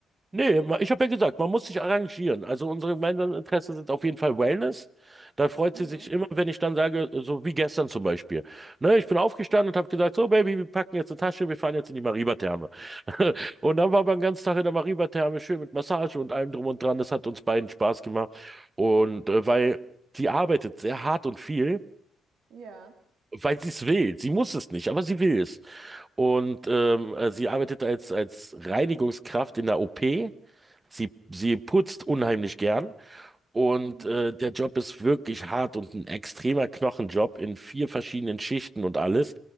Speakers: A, on the right (about 25°); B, on the right (about 75°).
A: Nee, ma- ich habe ja gesagt, man muss sich arrangieren. Also unsere gemeinsamen Interessen sind auf jeden Fall Wellness. Da freut
B: Mhm.
A: sie sich immer, wenn ich dann sage, so wie gestern zum Beispiel. Ne, ich bin aufgestanden und habe gesagt, so Baby, wir packen jetzt eine Tasche, wir fahren jetzt in die Mariba-Therme. <laughs> Und dann waren wir den ganzen Tag in der Mariba-Therme, schön mit Massage und allem drum und dran. Das hat uns beiden Spaß gemacht. Und äh, weil die arbeitet sehr hart und viel.
B: Ja,
A: Weil sie es will. Sie muss es nicht, aber sie will es. Und ähm, äh, sie arbeitet als, als Reinigungskraft in der OP. Sie, sie putzt unheimlich gern und
B: mhm.
A: äh, der Job ist wirklich hart und ein extremer Knochenjob in vier verschiedenen Schichten und alles.